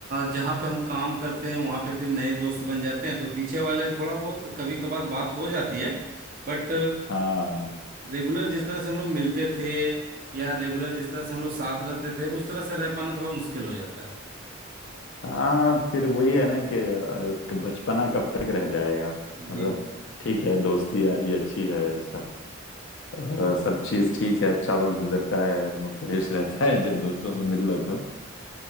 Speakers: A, on the right (about 40°); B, on the left (about 60°).
A: जहाँ पे हम काम करते हैं वहाँ पे फिर नए दोस्त बन जाते हैं तो पीछे वाले थोड़ा बहुत कभी कभार बात हो जाती है बट
B: हाँ
A: रेगुलर जिस तरह से हम लोग मिलते थे या रेगुलर जिस तरह से हम लोग साथ रहते थे उस तरह से रह पाना थोड़ा मुश्किल हो जाता है
B: हाँ फिर वही है ना कि अ, एक बचपना कब तक रह जाएगा
A: जी
B: मतलब
A: जी जी
B: ठीक है दोस्ती यारी अच्छी है सब अ, सब चीज ठीक है अच्छा वक्त गुजरता है मूड फ्रेश <laughs> रहता है जब दोस्तों
A: हम्म।
B: से मिल लो तो